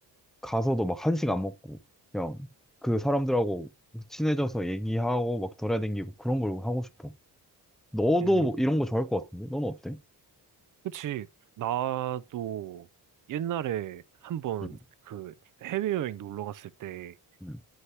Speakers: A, in the centre; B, on the right.
A: 가서도 막 한식 안 먹고 그냥 그 사람들하고 친해져서 얘기하고 막 돌아다니고 그런 걸 하고 싶어. 너도
B: 음.
A: 뭐 이런 거 좋아할 것 같은데? 너는 어때?
B: 그치. 나도 옛날에 한번
A: 응,
B: 그 해외여행 놀러 갔을 때
A: 응,